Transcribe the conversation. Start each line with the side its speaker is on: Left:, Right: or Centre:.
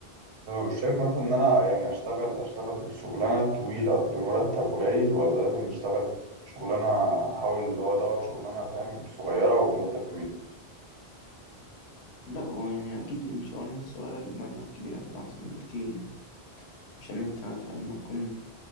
Right: شايف مثلا ان انا يعني اشتغل اشتغل شغلانه طويله بمرتب قليل ولا لازم نشتغل شغلانه احاول اللي هو ادور شغلانه فاهم صغيره ومرتب كبير
Left: لا هو يعني اكيد الشغلانة الصغيرة اللي بمبلغ كبير هتبقى احسن بكتير يعني عشان انت فاهم ما تكون